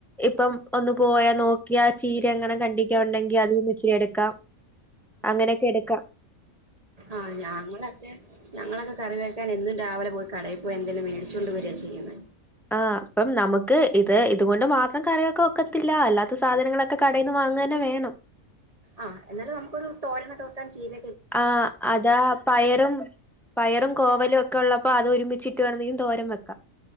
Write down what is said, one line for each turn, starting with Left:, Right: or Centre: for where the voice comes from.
Centre: ഇപ്പം ഒന്ന് പോയാ നോക്കിയാ ആ ചീരയെങ്ങണം കണ്ടിക്കാൻ ഒണ്ടെങ്കി അതിൽ നിന്നു ഇച്ചിരി എടുക്കാം അങ്ങനെയൊക്കെ എടുക്കാം
Right: ആഹ് ഞാങ്ങളൊക്കെ ഞങ്ങളൊക്കെ കറി വെക്കാൻ എന്നും രാവിലെ പോയി കടേ പോയി എന്തെലും മേടിച്ചോണ്ട് വര ചെയ്യുന്നെ.
Centre: ആഹ് അപ്പം നമുക്ക് ഇത് ഇതുകൊണ്ട് മാത്രം കറിവെക്കാൻ ഒക്കത്തില്ല. അല്ലാത്ത സാധനങ്ങളൊക്കെ കടേന്ന് വാങ്ങന്നെ വേ ണം.
Right: ആഹ് എന്നാലേ നമുക്കൊരു തോരനൊക്കെ വെക്കാൻ ചീര
Centre: ആഹ് അതാ പയറും പയറും കോവലും ഒക്കെള്ളപ്പോ അത് ഒരുമിച്ചി ട്ട് <unintelligible> തോരൻ വെക്കാം.